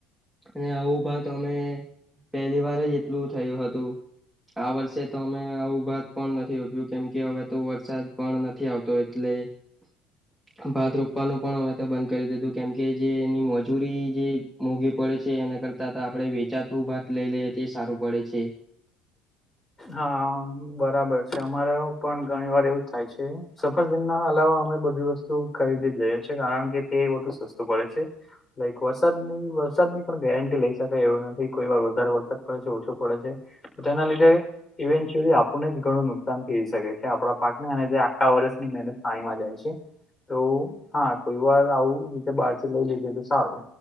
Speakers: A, in the centre; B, on the left.
A: અને આવું ભાત અમે- - પહેલી વાર જ એટલું થયું હતું આ વર્ષે તો અમે આવું ભત- - પણ નથી રોપ્યું કેમ કે હવે તો વરસાદ પણ નથી આવતો એટલે- - ભાત રોપવાનું પણ અમે તો બંધ કરી દીધું કેમકે જે એની મજૂરી જે મોઘી પ- - તે છે એના કરતા આપડણે વેચાતું ભાત લઈ લઈ તે સારું પડે છે.
B: હા બરાબર છે અમારે પણ ઘણી વાર એવું જ થાય છે સફરજન ના અલાવા- - અમે બધી વસ્તુ ખરીદી જ લઈએ છ છે કારણ કે તે વધુ સસ્તું પડે છે. લાઈક વરસાદ ની વરસાદ ની પણ ગેરંટી લઈ શકાય એવું નથી. કોઈ વાર વધારે વરસાદ પડે છે ઓછો પડે છે. તેના લીધે ઇવેન્ચ્યુઅલી આપણને જ ઘણું નુકસાન થઈ શકે છે આપણા પાક ને અને જે આખા વર્ષની મહેનત પાણીમાં જાય છે. તો હા કોઈ વાર આવું રીતે બહારથી લઈ લીધે તો સારું.